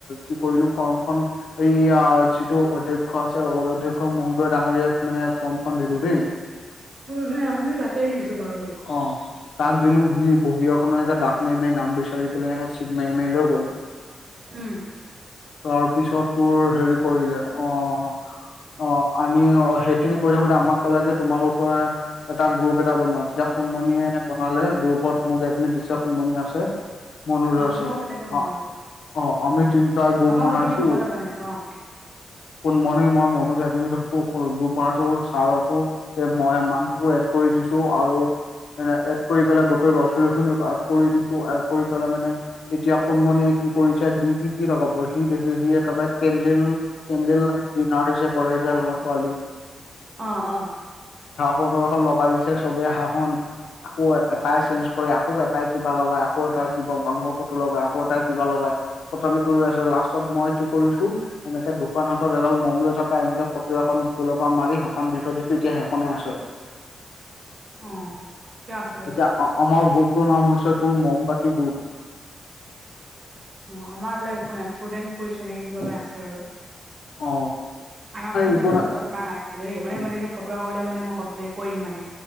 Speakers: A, on the left; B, on the right.
A: কি কৰিলো ফৰ্মখন এইয়া যিটো অধ্যক্ষ আছে অধ্যক্ষ মহোদয় ডাঙৰীয়াক মানে ফৰ্ম ফৰ্ম দিলো দেই। <inaudible>
B: অ স আমিও তাকেই দিছো বাৰু দেত।
A: অ তাক দিলো সি বহি এখনৰ এে ডাক মাৰি মাৰি নাম বিচাৰি পেলাই এনেকে চিট মাৰি মাৰি লৈ গ'ল। <inaudible>
B: উ'ম
A: তাৰ পিছত তোৰ হেৰি কৰিলে অ অ, আমি অ, সেইখিনি কৰি থাকোতে আমাক ক'লে যে তোমালোকৰ এটা গ্ৰুপ এটা বনোৱা তেতিয়া সুণমণিয়ে বনালে গ্ৰুপত মোক এডমিট দিছে। কমণ আছে মননুজ আছে
B: আমাৰো তেনেকে বনালে
A: অ আমি য তাৰ গুপ
B: আমাৰো
A: বনাইছো
B: সেইখিনি সময়তে বনাইছে অ
A: ক ম মই মনোজ এিন ধছো গোপ বনাইছো ছাৰকো অ' মই মানসো এড কৰি দিছো আৰু এ এড কৰি পেলাই গোটেই ল'ৰা ছোৱালী খ আগ কৰি দিছো আগ কৰি পেলাই মানে এতিয়া সোনমণিয়ে কি কৰিছে ডি পি কি লগাব সি দেখ যি একেবাৰে কেণদেল কেণ্ডেল লাইট ডিনাৰ যে কৰেছে ল'ৰা ছোৱালী?
B: অ', অ',
A: হাঁহ ফটো এখন লগাই দিছে চবে হাঁহখনন আকৌ এটাই চেঞ্জ কৰে আকৌ এটাই কিবা লগাই আকৌ এটাই কিবা মানুহৰ ফটো লগাই আকৌ এটাই কিবা লগায় কটনি কৰি আছে লাষ্টত মই কি কৰিছো! এনেকে দুোকান হাতত এডাল মম লৈ থকা এনেকে ফটো এখন গুগলৰ পৰা মাৰি সেইখন দি থৈ দিছো এতিয়া সেইখনে আছে।
B: অ', ঠিকে আছে বাৰু।
A: এতিয়া আমাৰ গুপটোৰ নাম হৈছে, তোৰ মমবতি গুপ।
B: অ'আমাৰ এইবিলাক একো নাই ফ্ৰুড এণ্চ একে কিবা আছোৰু।
A: অ
B: আমাৰ মানে কোনো
A: একো
B: ফ'ট
A: ন
B: কৰা নাই। মানে মই ফটোৱা কৰিলে মানে মই কমপ্লেন কৰি দিম মানে।